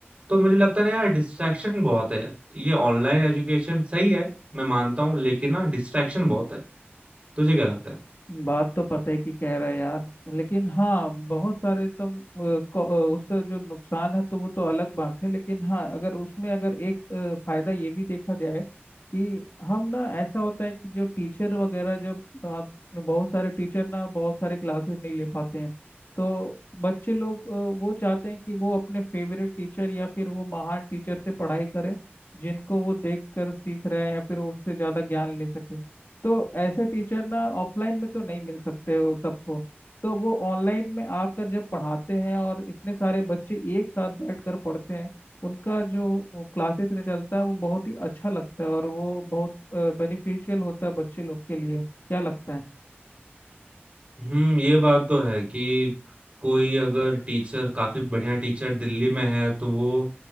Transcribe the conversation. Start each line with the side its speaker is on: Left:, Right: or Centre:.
Right: तो मुझे लगता है ना यार डिस्ट्रैक्शन बहुत है यार। ये ऑनलाइन एजुकेशन सही है मैं मानता हूँ लेकिन ना डिस्ट्रैक्शन बहुत है तुझे क्या लगता है
Left: बात तो पता है कि कह रहा है यार लेकिन हाँ बहुत सारे तो अ, को- अ, उसका जो नुकसान है तो वो तो अलग बात है लेकिन हाँ अगर उसमें अगर एक अ, फायदा ये भी देखा जाए कि हम ना ऐसा होता है कि जो टीचर वगैरह जब आप बहुत सारे टीचर ना बहुत सारे क्लासेस नहीं ले पाते हैं तो बच्चे लोग अ, वो चाहते हैं कि वो अपने फेवरेट टीचर या फिर वो महान टीचर से पढ़ाई करें जिनको वो देख कर सीख रहे हैं या फिर उनसे ज़्यादा ज्ञान ले सके तो ऐसे टीचर ना ऑफलाइन में तो नहीं मिल सकते हो सबको तो वो ऑनलाइन में आकर जब पढ़ाते हैं और इतने सारे बच्चे एक साथ बैठकर पढ़ते हैं उनका जो क्लासेस चलता है वो बहुत ही अच्छा लगता है और वो बहुत बेनिफिशियल होता है बच्चे लोग के लिए क्या लगता है
Right: हम्म ये बात तो है कि कोई अगर टीचर काफी बढ़िया टीचर दिल्ली में है तो वो